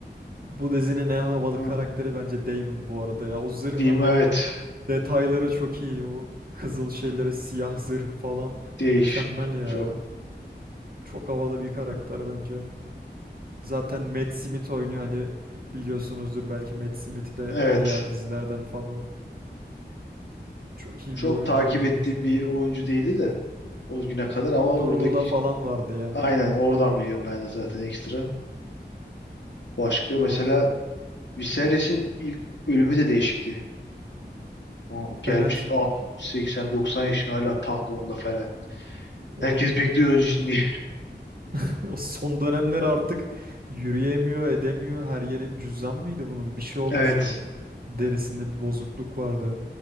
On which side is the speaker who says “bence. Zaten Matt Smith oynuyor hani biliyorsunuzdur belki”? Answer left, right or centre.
Right